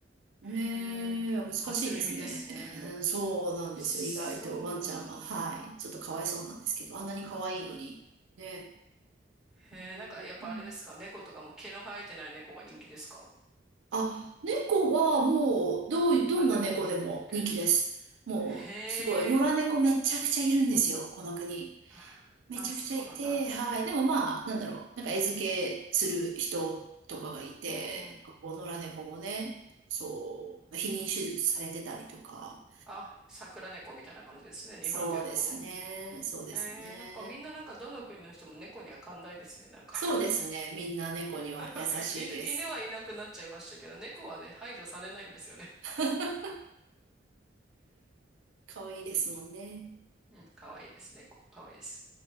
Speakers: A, on the right; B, in the centre.
A: ねえ、
B: へえ。
A: 難しいですね。
B: 初耳ですね。
A: うんそうなんですよ。
B: そうなんだ。
A: 意外とワンちゃんは。はい。ちょっとかわいそうなんですけど、あんなに可愛いのに。ね。
B: へえ。
A: う
B: なんかやっぱあれですか猫とかも毛の生えてない猫が人気ですか
A: んあ、猫はもう、どうい、どんな猫でも人気です。
B: なんでも。OK
A: もう、
B: へえ。
A: すごい。野良猫めちゃくちゃいるんですよ。この国。
B: あ、
A: めちゃくちゃいて、
B: あ、そうなんだ。
A: はい。でもまあ、なんだろう。なんか餌付けする人とかがいて、
B: うん。
A: なんかこう、野良猫もね、そう、避妊手術されてたりとか。
B: あ、桜猫みたいな感じですね。日本でいうとこの。
A: そうですね。そうですね。
B: えー、やっぱみんななんかどの国の人も猫には寛大ですね。なんか
A: そうですね。みんな猫には優しいです。
B: <laughs> 犬、犬はいなくなっちゃいましたけど、猫はね、排除されないんですよね。
A: <laughs> 可愛いですもんね。
B: うん、かわいいです。猫、かわいいです。